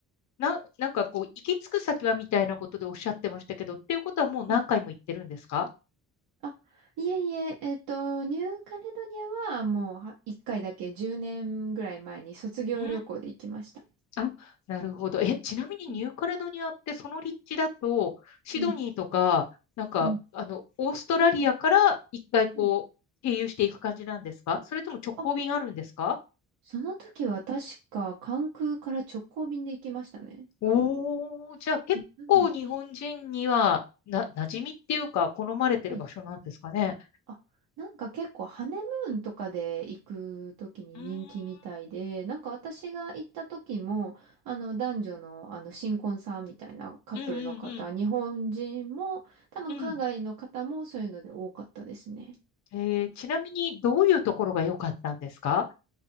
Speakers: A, on the left; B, on the right.
A: な、なんかこう、行き着く先はみたいなことでおっしゃってましたけど、っていうことはもう何回も行ってるんですか
B: うんあ、いえいえ、えっと、ニューカレドニアはもうは一回だけ10年ぐらい前に卒業旅行で行きました。
A: うんあ、なるほど。え、ちなみにニューカレドニアってその立地だと、
B: うん
A: シドニーとか、
B: うん
A: なんか、
B: うん
A: あの、オーストラリアから一回こう、
B: うん
A: 経由していく感じなんですかそれとも直行便あるんですか
B: あその時は確か関空から直行便で行きましたね。
A: おー、じゃあ結構日本人には、
B: うんうん
A: な、馴染みっていうか、好まれてる場所なんですかね。
B: はい。あ、なんか結構ハネムーンとかで行くときに人気みたいで、
A: うーん
B: なんか私が行った時も、あの男女のあの新婚さんみたいなカップルの方、
A: うんうんうん
B: 日本人も多分海外の方もそういうので多かったですね。
A: うんうんうんうんえーちなみにどういうところが良かったんですか